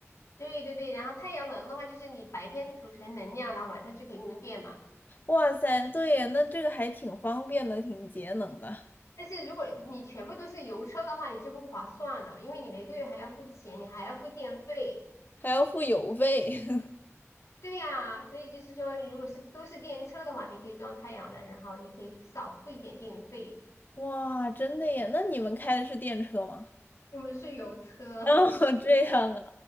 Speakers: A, on the left; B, on the left.
A: 对对对，然后太阳能的话，就是你白天储存能量，然后晚上就可以用电嘛。
B: 哇塞，对呀，那这个还挺方便的，挺节能的，
A: 但是如果你全部都是油车的话，你就不划算了，因为你每个月还要付钱，你还要付电费。
B: 还要付邮费。<laughs>
A: 对呀，所以就是说，你如果是都是电车的话，你可以装太阳能，然后你可以少付一点电费。
B: 哇，真的耶！那你们开的是电车吗？
A: 我们是油车，
B: <laughs> 哦，
A: <laughs>
B: 这样啊，